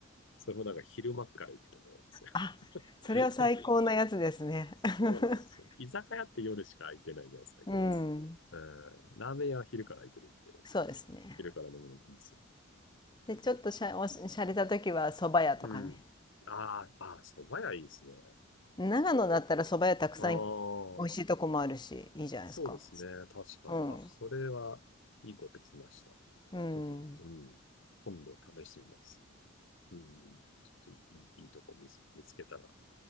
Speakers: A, on the left; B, on the left.
A: それもなんか昼間から行くとか多いですよ。
B: あ、それは最高なやつですね。
A: <laughs> そうなんですよ。
B: <laughs>
A: 居酒屋って夜しか空いてないじゃないですか、逆に。
B: うん。
A: うん、ラーメン屋は昼から空いてるんで、
B: そうですね。
A: 昼から飲むのもいいんですよ。
B: で、ちょっとしゃ、おし、しゃれた時は蕎麦屋とかね。
A: うん。ああ、ああ、蕎麦屋いいですね。
B: 長野だったら蕎麦屋たくさん
A: ああ、
B: 美味しいとこもあるし、いいじゃないですか。
A: そうですね。確かに。
B: うん。
A: あ、それはいいこと聞きました。
B: うん。
A: ちょっと、うん。今度試してみます。うん。ちょっといい、いいとこ見つ、見つけたら